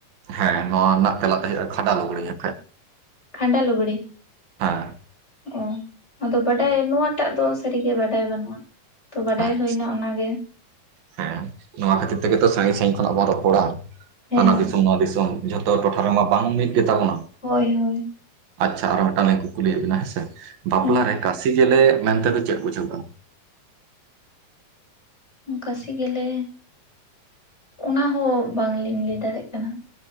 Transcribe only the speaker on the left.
ᱠᱷᱟᱱᱰᱟ ᱞᱩᱜᱽᱲᱤ ᱾
ᱚᱸᱻ ᱟᱫᱚ ᱵᱟᱰᱟᱭ ᱱᱚᱣᱟᱴᱟᱜ ᱫᱚ ᱥᱟᱹᱨᱤᱜᱮ ᱵᱟᱰᱟᱭ ᱵᱟᱹᱱᱩᱜᱼᱟ ᱾ ᱛᱚ ᱵᱟᱰᱟᱭ
ᱦᱩᱭᱱᱟ ᱚᱱᱟᱜᱮ ᱾
ᱦᱮᱸ
ᱦᱳᱭ ᱦᱳᱭ ᱾
ᱦᱮᱸ
ᱠᱟᱥᱤ ᱜᱮᱞᱮ ᱚᱱᱟ ᱦᱚᱸ ᱵᱟᱝᱞᱤᱧ ᱞᱟᱹᱭ ᱫᱟᱲᱮᱭᱟᱜ ᱠᱟᱱᱟ᱾